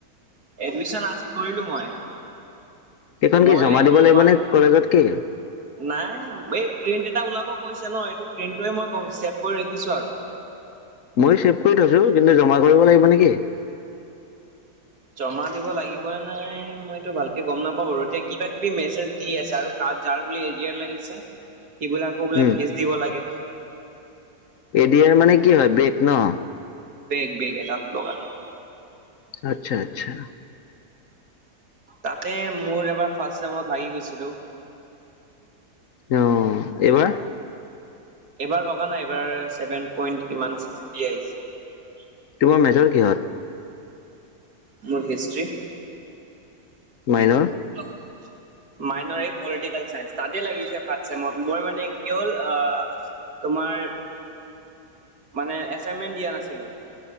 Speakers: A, on the right; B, on the left.
A: এডমিচন আজি কৰিলো মই।
B: এইখন
A: মই
B: কি জমা দিব
A: তোমাৰ
B: লাগিব নে কলেজত কি?
A: নাই এই প্ৰিণ্ট এটা ওলাব কৈছে ন এইটো প্ৰিণ্টোৱে মই ছেভ কৰি ৰাখিছো আৰু।
B: মইয়ো চেভ কৰি থৈছো। কিন্তু জমা কৰিব লাগিব নেকি?
A: জমা দিব লাগিবনে নাই মইতো ভালকে গম নাপাওঁ বাৰু এতিয়া কিবা কিবি মেছেজ দি আছে আৰু যাৰ বোলে এৰিয়াৰ লাগিছে সি বোলে আকৌ বোলে
B: উম
A: ফিজ দিব লাগে।
B: এৰিয়াৰ মানে কি হয় ব্ৰেক ন?
A: বেগ বেগ এটাত লগা।
B: আচ্ছা আচ্ছা।
A: তাকে মোৰ এবাৰ ফাৰ্ষ্ট ছেমত লাগি গৈছিলোঁ।
B: অ এইবাৰ-
A: এইবাৰ লগা নাই এইবাৰ ছেভেন পইণ্ট কিমান চিক্স বি আহিছে।
B: তোমাৰ মেজৰ কিহত?
A: মোৰ হিষ্টৰি।
B: মাইনৰ-
A: <unintelligible> মাইনৰ এ পলিটিকেল চাইন্স তাতে লাগিছে ফাৰ্ষ্ট ছেমত মোৰ মানে কি হ'ল আ তোমাৰ- মানে এচাইনমেন্ট দিয়া নাছিলো।